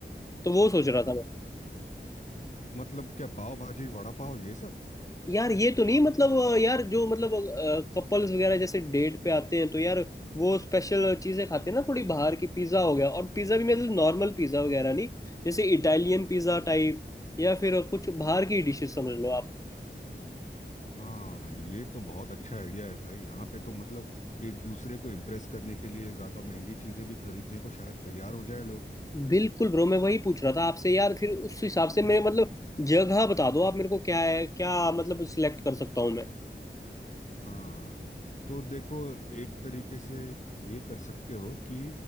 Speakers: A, on the left; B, on the left.
A: तो वो सोच रहा
B: हाँ
A: था मैं
B: मतलब क्या पाव भाजी वड़ा पाव ये सब
A: यार ये तो नहीं मतलब अ, यार जो मतलब कपल्स वगैरह जैसे डेट पे आते हैं तो यार वो स्पेशल चीज़ें खाते हैं ना थोड़ी बाहर की पिज़्ज़ा हो गया और पिज़्ज़ा भी मतलब नॉर्मल पिज़्ज़ा वगैरह नहीं जैसे इटालियन पिज़्ज़ा टाइप या फिर कुछ बाहर की डिशेस समझ लो आप
B: हाँ ये तो बहुत अच्छा आइडिया है भाई यहाँ पे तो मतलब एक दूसरे को इम्प्रेस करने के लिए ज़्यादा महंगी चीज़ें भी खरीदने को शायद तैयार हो जाए लोग
A: बिल्कुल ब्रो मैं वही पूछ रहा था आपसे यार फिर उस हिसाब से मैं मतलब जगह बता दो आप मेरे को क्या है क्या मतलब सिलेक्ट कर सकता हूँ मैं
B: हाँ तो देखो एक तरीके से ये कर सकते हो कि